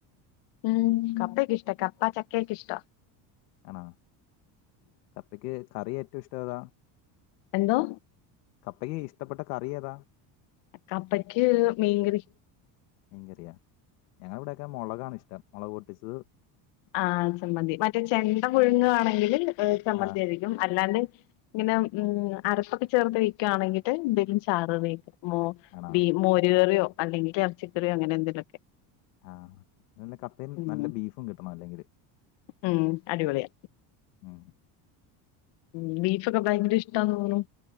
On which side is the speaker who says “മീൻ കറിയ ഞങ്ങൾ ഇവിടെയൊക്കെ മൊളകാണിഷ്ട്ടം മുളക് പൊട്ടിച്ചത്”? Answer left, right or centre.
Left